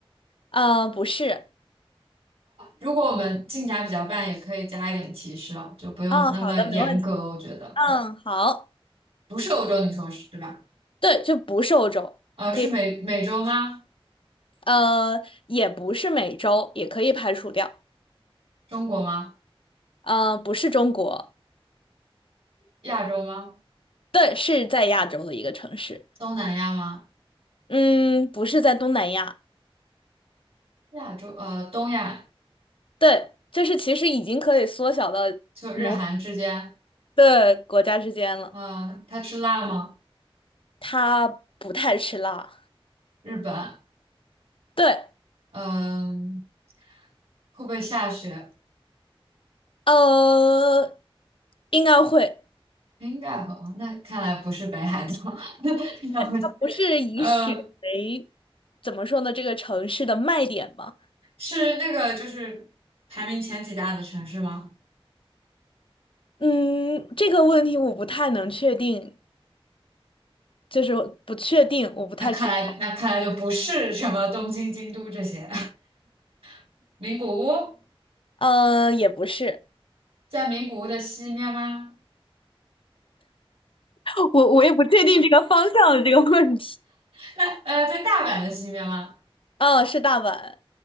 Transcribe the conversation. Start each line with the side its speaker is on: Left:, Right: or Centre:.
Left: 呃，不是。
Right: 如果我们进展比较慢，也可以加一点提示哦，就不用那么严格，
Left: 嗯，好的，没问题。
Right: 我觉得可以。
Left: 嗯，好。
Right: 不是欧洲，你说是对吧？
Left: 对，就不是欧洲，
Right: 呃，
Left: 你可以，
Right: 是美美洲吗？
Left: 呃，也不是美洲，也可以排除掉。
Right: 中国吗？
Left: 呃，不是中国，
Right: 亚洲吗？
Left: 对，是在亚洲的一个城市。
Right: 东南亚吗？
Left: 嗯，不是在东南亚，
Right: 亚洲，呃，东亚
Left: 对，就是其实已经可以缩小到
Right: 就日韩之间，
Left: 某对国家之间了。
Right: 呃，他吃辣吗？
Left: 他不太吃辣，
Right: 日本，
Left: 对。
Right: 嗯、会不会下雪？
Left: 呃，应该会，
Right: 应该会，哦那看来不是北海道，<laughs> 那会，
Left: 它不是以雪为
Right: 呃，
Left: 怎么说呢，这个城市的卖点吗？
Right: 是那个就是排名前几大的城市吗？
Left: 嗯，这个问题我不太能确定，就是不确定，我不太知道。
Right: 那看来那看来就不是什么东京、京都这些，<laughs> 名古屋
Left: 呃，也不是，
Right: 在名古屋的西面吗？
Left: <laughs> 我我也不确定这个方向的这个问题。
Right: 那呃，在大阪的西面吗？
Left: <laughs> 哦，是大阪，